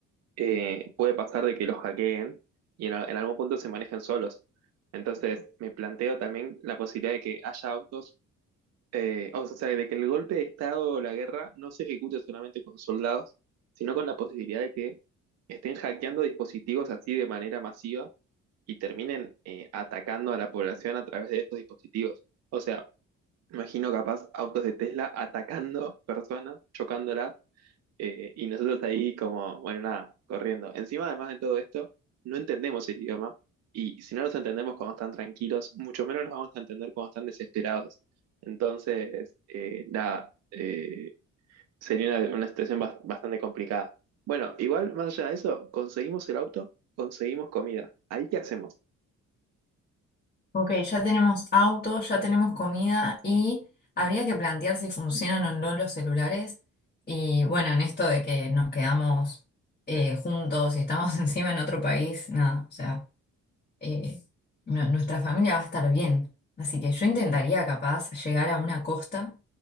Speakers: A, on the right; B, on the left.
A: eh, puede pasar de que los hackeen y en, a- en algún punto se manejen solos. Entonces me planteo también la posibilidad de que haya autos Eh, o sea, de que el golpe de Estado o la guerra no se ejecute solamente con soldados, sino con la posibilidad de que estén hackeando dispositivos así de manera masiva y terminen eh, atacando a la población a través de estos dispositivos. O sea, imagino capaz autos de Tesla atacando personas, chocándolas, eh, y nosotros ahí como, bueno, nada, corriendo. Encima, además de todo esto, no entendemos el idioma y si no los entendemos cuando están tranquilos, mucho menos los vamos a entender cuando están desesperados. Entonces, eh, nada, eh, sería una, una situación bas- bastante complicada. Bueno, igual, más allá de eso, conseguimos el auto, conseguimos comida. ¿Ahí qué hacemos?
B: Ok, ya tenemos autos, ya tenemos comida y habría que plantear si funcionan o no los celulares. Y bueno, en esto de que nos quedamos eh, juntos y estamos <laughs> encima en otro país, nada, o sea. eh, nu- nuestra familia va a estar bien. Así que yo intentaría capaz llegar a una costa